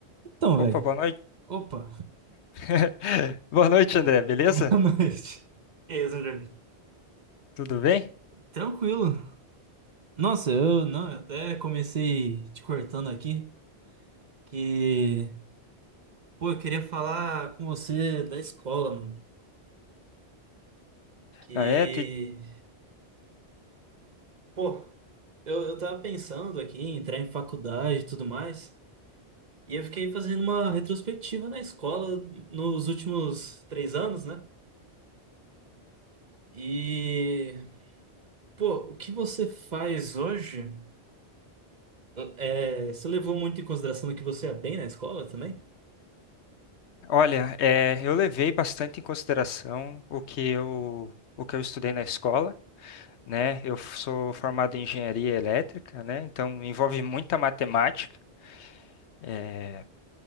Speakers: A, on the right (about 45°); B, on the left (about 85°).
A: Então,
B: Opa,
A: velho.
B: boa noite.
A: Opa,
B: <laughs> Boa noite, André, beleza?
A: <laughs> boa noite. E aí, Zangari?
B: Tudo bem?
A: Tranquilo. Nossa, eu não, eu até comecei te cortando aqui, que, pô, eu queria falar com você da escola, mano. Que,
B: Ah, é, tem-
A: pô, eu, eu tava pensando aqui em entrar em faculdade e tudo mais, e eu fiquei fazendo uma retrospectiva na escola nos últimos três anos, né? E, pô, o que você faz hoje? É, você levou muito em consideração que você é bem na escola também?
B: Olha, é, eu levei bastante em consideração o que eu, o que eu estudei na escola, né? Eu f- sou formado em engenharia elétrica, né? Então envolve muita matemática. é,